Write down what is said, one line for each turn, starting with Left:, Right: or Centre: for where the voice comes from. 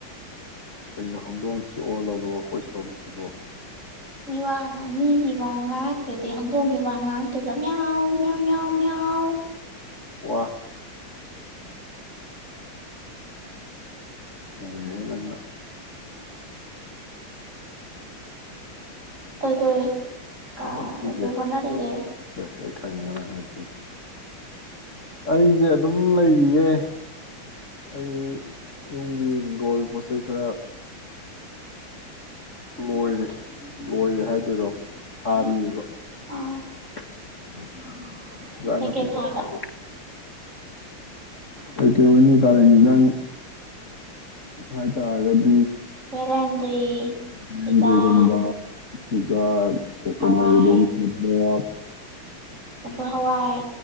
Left: ꯀꯩꯅꯣ ꯍꯧꯗꯣꯡꯁꯨ ꯑꯣꯜꯂꯕ꯭ꯔꯣ ꯑꯩꯈꯣꯏ ꯁꯣꯝꯁꯤꯕꯣ
Right: ꯃꯤ ꯋꯥ ꯃꯤꯒꯤ ꯋꯥ ꯉꯥꯉꯛ ꯅꯠꯇ꯭ꯔꯗꯤ ꯍꯧꯗꯣꯡꯒꯤ ꯋꯥ ꯉꯥꯡꯇꯣꯏꯕ ꯃꯤꯌꯎ ꯃꯤꯌꯎ ꯃꯤꯌꯥꯎ ꯃꯤꯌꯥꯎ
Left: ꯋꯥ ꯅꯩꯔꯦꯍꯦ ꯅꯪꯅ
Right: ꯀꯩ ꯀꯩ ꯀ
Left: ꯍꯣꯠꯅꯔꯤꯁꯦ
Right: ꯀꯩꯀꯩ ꯍꯣꯠꯅꯔꯤꯒꯦ
Left: ꯁꯦ ꯑꯩ ꯈꯪꯉꯦ ꯅꯪ ꯍꯥꯏꯔꯛꯇꯣꯢꯗꯣ ꯑꯩꯁꯦ ꯑꯗꯨꯝ ꯂꯩꯔꯤꯌꯦ ꯑꯩ ꯌꯨꯝꯒꯤ ꯍꯤꯡꯒꯣꯜꯒꯤ ꯄꯣꯠꯆꯩ ꯈꯔ ꯂꯣꯏꯔꯦ ꯂꯣꯏꯔꯦ ꯍꯥꯏꯗꯣꯏꯔꯣ ꯊꯥꯔꯤꯑꯕ
Right: ꯑꯥ
Left: <inaudible> ꯏꯟꯖꯥꯡ
Right: ꯀꯩꯀꯩ
Left: ꯅꯥꯄꯤ ꯈꯔ
Right: ꯊꯥꯏꯕ
Left: ꯊꯥꯔꯤꯌ ꯀꯩꯀꯩ ꯑꯣꯏꯅꯤ ꯀꯥꯂꯦꯟꯒꯤ ꯏꯟꯖꯥꯡ ꯍꯥꯏꯇꯥꯔꯒꯗꯤ
Right: ꯚꯦꯂꯦꯟꯗ꯭ꯔꯤ
Left: ꯕꯦꯟꯗ꯭ꯔꯤꯒꯨꯝꯕ
Right: ꯆꯨꯖꯥꯛ
Left: ꯆꯨꯖꯥꯛ ꯀꯣꯀꯅ
Right: ꯍꯋꯥꯏ
Left: <unintelligible>
Right: ꯑꯃꯨꯀ ꯍꯋꯥꯏ